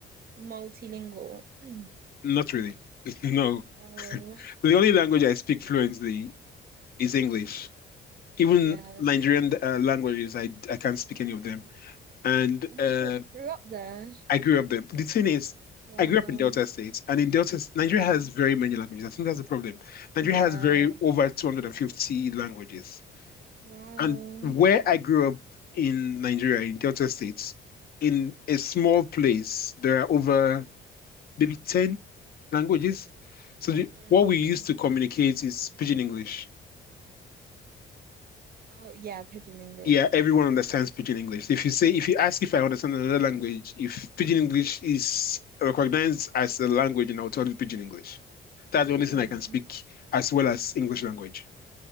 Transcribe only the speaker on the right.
multilingual. <clears throat>
Oh,
yeah.
And
you grew up there.
Wow.
Yeah.
Yeah.
Wow.
Mm,
Oh, yeah, Pigeon English.
mm,